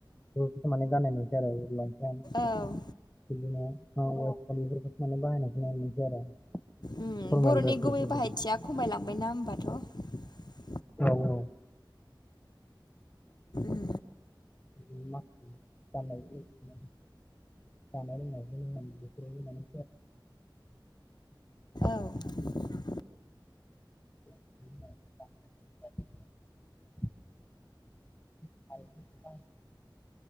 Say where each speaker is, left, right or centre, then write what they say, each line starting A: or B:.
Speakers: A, on the left; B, on the left.
A: बेफोरखौ माने गाननाय नुसै आरो लंपेन्ट
B: औ
A: बिदिनो बेफोरखौसो माने बाहायनायखौ नुनो मोनसै आरो
B: उम
A: फरमेल
B: बर'नि
A: ड्रेस
B: गुबै
A: बेफोरखौसो
B: बाहायथिया खमायलांबायना होमबाथ'
A: औ औ
B: उम
A: <unintelligible> जानाय लोंनायफोरखौनो होन बेफोरबो माने <unintelligible>
B: औ
A: <inaudible> <inaudible>